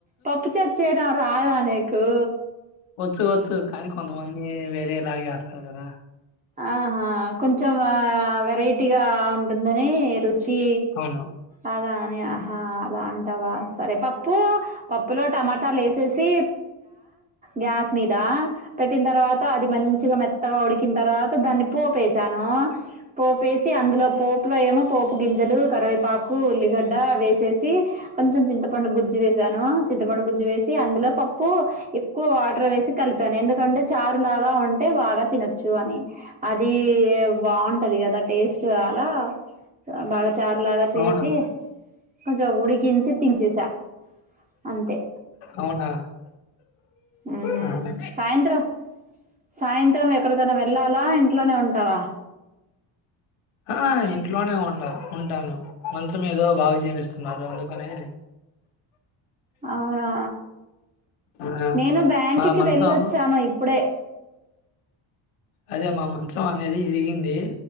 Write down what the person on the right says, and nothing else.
పప్పు చేర్ చేయడం రాదానే కో
ఆహా కొంచెం వెరైటీగా ఉంటుందని రు చి
అడా ఆ హా అలా అంటావా సరే పప్పు పప్పు లో టటాలు వెసెసి గ్యాస్ మీద పెట్టిన తర్వాత అది మంచిగా మెత్తగా ఉడికి తర్వాత దాన్ని పోపసాను పోపేసి అందులో పోపులో ఏమో పోపు గింజలు కరివేపాకు ఉల్లిగడ్డ వేసేసి కొంచెం చింతపండు గుజ్జు వసాను చింతపండు గుజ్జు వేసి అందులో పప్పు ఎక్కువ వాటర్ వేసి కలిపాను ఎందుకంటే చారులాగా ఉంటే బాగా తినొచ్చు చు అని అది బాగుంటది కదా టేస్ట్ అలా బాగా చారులాగా చేసి
కొంచెం ఉడికించి దించేసా అంతే
ఉమ్
సాయంత్రం సాయంత్రం ఎ వెళ్ళాలా ఇంట్లోనే ఉంటావా
అవునా
నేను బ్యాంక్కి
వెళ్ళొచ్చాను ఇప్పుడే